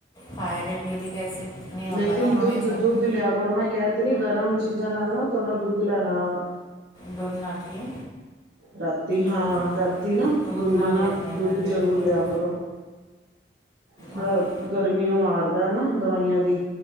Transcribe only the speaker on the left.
ਥਾਇਰਡ ਯੂੂਰਿਕ ਐਸਿਡ ਨਹੀਂ ਹੁੰਦਾ
ਨਾ ਉਹਨਾਂ
ਨੇ ਚਾਹੁੰਦਾ
ਦੁੱਧ ਨਾਲ ਕੀ
ਚੱਲੇ
ਦੁੱਧ
ਨਾਲ ਲੈਂਦੀ ਹਾਂ
ਮੈਂ
ਫਿਰ ਉਹੀ
ਉਹੀ